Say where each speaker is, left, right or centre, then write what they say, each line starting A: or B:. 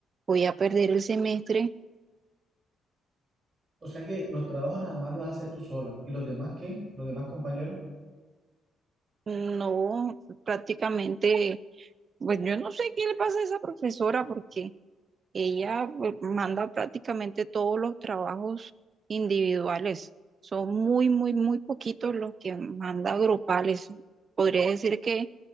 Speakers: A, on the right; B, on the right.
A: voy a perder el semestre.
B: O sea que los trabajos nada más los haces tú sola. ¿Y los demás qué? ¿Los demás compañeros?
A: No, prácticamente, pues yo no sé qué le pasa a esa profesora, porque Ella pues, manda prácticamente todos los trabajos individuales. Son muy, muy, muy poquitos los que manda grupales. Podría decir que